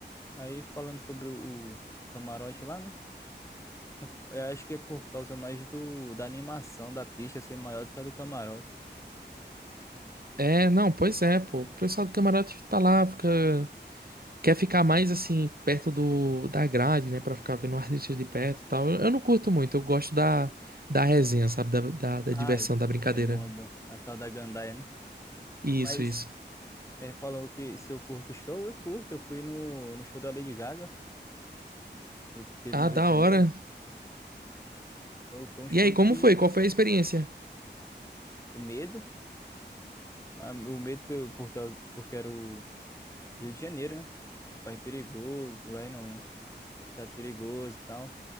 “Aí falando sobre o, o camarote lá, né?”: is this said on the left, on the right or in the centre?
Left